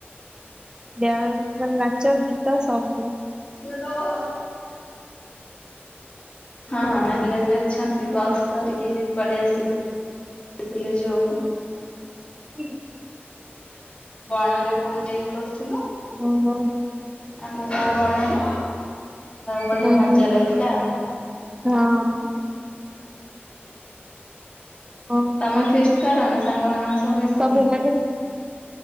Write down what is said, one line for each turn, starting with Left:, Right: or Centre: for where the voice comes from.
Right: ଡ୍ୟାନ୍ସ ମାନେ ନାଚ ଗୀତ ସବୁ।
Left: ହଁ ହେଲେ ଯ ଅଛନ୍ତି ବକ୍ସ। ଧରିକି ପଳେଇ ଆସିବୁ ଦେଖିଲେ ଯୋଉ।
Right: ହୁଁ।
Left: ବଣ ରେ ପୁଣି ଯାଇକି କରିଥିଲୁ।
Right: ଓ ହୋ।
Left: ଆମ ଗାଁ ବଣରେ ବଢିଆ
Right: କାହିଁକି
Left: ମଜା ଲାଗିଲା ଆଉ।
Right: ହଁ। ଓହୋ
Left: ତମେ ଫିଷ୍ଟ କର ନା ସାଙ୍ଗ ସ ମିଶିକି?
Right: ସବୁ ମାନେ